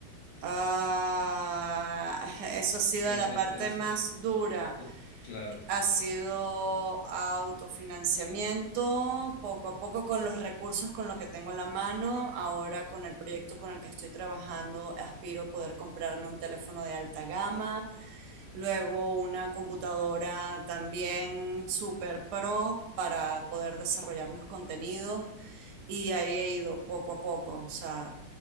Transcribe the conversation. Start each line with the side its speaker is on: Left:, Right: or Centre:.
Right: Ah, <laughs> eso ha sido
Left: Eh,
Right: la
Left: eh,
Right: parte
Left: es-
Right: más
Left: es-
Right: dura.
Left: cl- claro.
Right: Ha sido autofinanciamiento, poco a poco con los recursos con lo que tengo a la mano. Ahora con el proyecto con el que estoy trabajando, aspiro a poder comprarme un teléfono de alta gama, luego una computadora también super pro para poder desarrollar los contenidos y ahí he ido poco a poco. O sea,